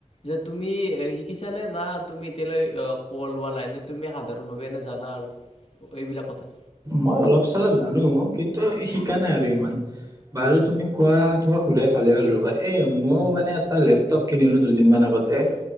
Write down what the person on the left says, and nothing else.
যে তুমি শিকিছানে না তুমি এতিয়া লৈ খবৰ লোৱা নাই নে তুমি সাধাৰণভাৱে এনে জানা আৰু এইবিলাক কথা